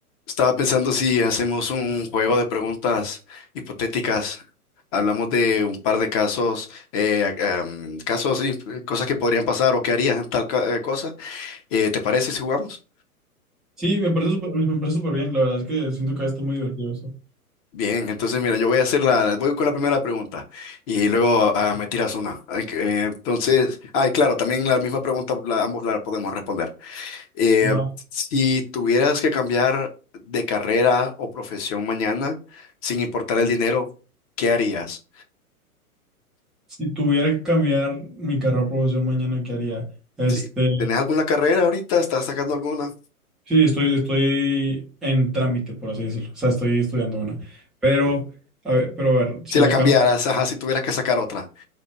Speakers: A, on the left; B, in the centre.
A: Estaba pensando si hacemos un juego de preguntas hipotéticas. Hablamos de un par de casos, eh, a- am, casos y cosas que podrían pasar o que harías en tal ca- eh, cosa. Eh, ¿te parece si jugamos?
B: Sí, me parece súper, me parece súper bien. La verdad es que siento que está muy divertido eso.
A: Bien, entonces mira, yo voy a hacer la, voy con la primera pregunta y luego ah, me tiras una. Ay, que, eh, entonces, ay, claro, también la misma pregunta, la- ambos la podemos responder. Eh,
B: Va.
A: si tuvieras que cambiar de carrera o profesión mañana, sin importar el dinero, ¿qué harías?
B: Si tuviera que cambiar mi carrera profesión mañana, ¿qué haría? Este,
A: Sí. ¿Tenés alguna carrera ahorita? ¿Estás sacando alguna?
B: sí, estoy, estoy en trámite, por así decirlo. O sea, estoy estudiando una. Pero, a ver, pero a ver, si
A: Si la
B: la
A: cambiaras,
B: cambio,
A: ajá, si tuvieras que sacar otra.